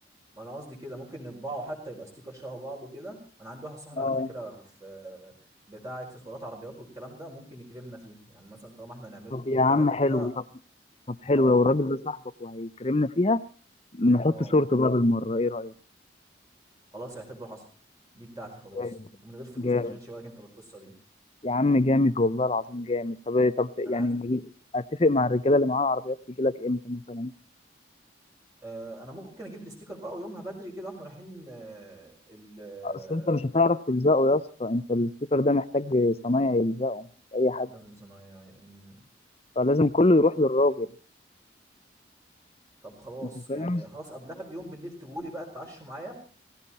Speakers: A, on the right; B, on the left.
A: ما انا قصدي كده ممكن نطبعه حتى يبقى ستيكر شبه بعضه كده انا عندي واحد صاحبي
B: اه
A: على فكره في بتاع اكسسوارات عربيات والكلام ده ممكن يكرمنا فيها يعني مثلا طالما احنا نعمله
B: طب
A: اتنين
B: يا عم
A: تلاته
B: حلو
A: كده
B: طب طب حلو
A: اه
B: لو الراجل ده صاحبك وهيكرمنا فيها نحط
A: اه
B: صورته بقى بالمره ايه رايك
A: خلاص اعتبره حصل دي بتاعتي خلاص
B: جامد
A: ومن غير فلوس
B: جامد
A: ما تشغلش بالك انت بالقصه دي
B: يا عم جامد والله العظيم جامد طب طب يعني
A: انا عايز-
B: نجيب اتفق مع الرجاله اللي معاها العربيات تيجي لك امتى مثلا
A: آه انا ممكن اجيب الاستيكر بقى ويومها بدري كده واحنا رايحين آه ال آه،
B: اصل انت مش هتعرف تلزقه يا اسطى انت الستيكر ده محتاج صنايعي يلزقه مش اي حد
A: لازم صنايعي أمم.
B: فلازم كله يروح للراجل
A: طب خلاص
B: انت فاهم
A: يعني خلاص قبلها بيوم بالليل تقولي بقى اتعشوا معايا